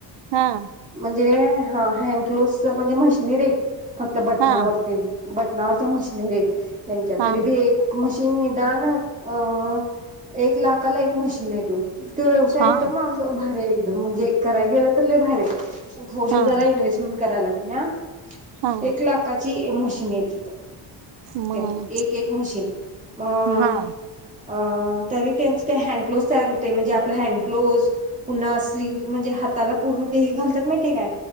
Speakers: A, on the right; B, on the right.
A: हा
B: म्हणजे हा ह्यांडग्लोज म्हणजे मशनरी ईत.... फक्त बटणावर
A: हा
B: तेन... बटनावरच्या म्हशनरी हाईत. त्यांच्या
A: हा
B: तरी बी एक म्हशी.... तो निदान अ एक लाखाला एक म्हशीन ये त्यो तो व्यवसाय
A: हा
B: एकदम असा भारीए. एकदम म्हणजे कराय गेलं तर लय भारी आहे. थोड
A: हा
B: जरा इन्व्हेस्टमेंट कराय लागते...... न्या...
A: हा
B: एक लाखाची म्हशीन ये तिथं
A: मग
B: एक एक म्हशीन अ
A: हा
B: अ..... तरी त्यांचे ते हँडग्लोव्हज तयार होतंय म्हणजे आपले हॅन्डग्लोव्हज पुन्हा स्लिव्हस म्हजे ते हातात पूर्ण ते हे घालतात माहीते काय.